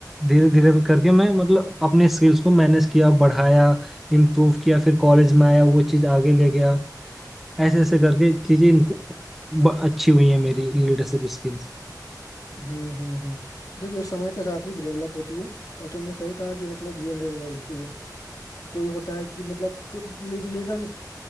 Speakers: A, in the centre; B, on the left.
A: धीरे धीरे करके मैं मतलब अपने स्किल्स को मैनेज किया बढ़ाया इम्प्रूव किया फिर कॉलेज में आया वो चीज़ आगे ले गया ऐसे ऐसे करके चीजें इम्प- ब- अच्छी हुई है मेरी लीडरशिप स्किल्स
B: हम्म हम्म हम्म देखो ये समय के साथ ही डेवलप होती है और तुमने सही कहा कि मतलब धीरे धीरे डेवलप हुई है को, कोई होता है कि मतलब लीडर